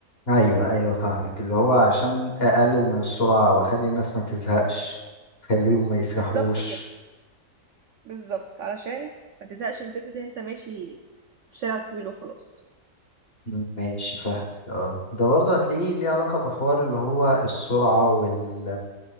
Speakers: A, on the left; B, on the right.
A: ايوه ايوه فاهمك اللي هو عشان اقلل من السرعة واخلي الناس ما تزهقش خليهم ما يسرحوش
B: بالظبط كده بالظبط علشان ما تزهقش من فكره ان انت ماشي في شارع طويل وخلاص
A: مم، ماشي فاهم اه ده برضه هتلاقيه ليه علاقة بحوار اللي هو السرعة وال...